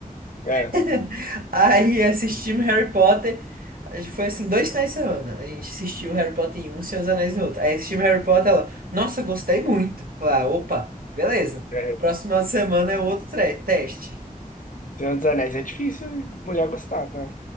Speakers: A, on the left; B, on the right.
A: É,
B: <laughs> Aí assistimos Harry Potter. a gente- Foi assim, dois finais de semana. A gente assistiu Harry Potter em um e Senhor dos Anéis em outro. Aí assistimos Harry Potter, ela, nossa, gostei muito. Falei, "Ah, opa, beleza.
A: é.
B: Próximo final de semana é outro tre- teste.
A: Senhor dos Anéis é difícil mulher gostar, tá?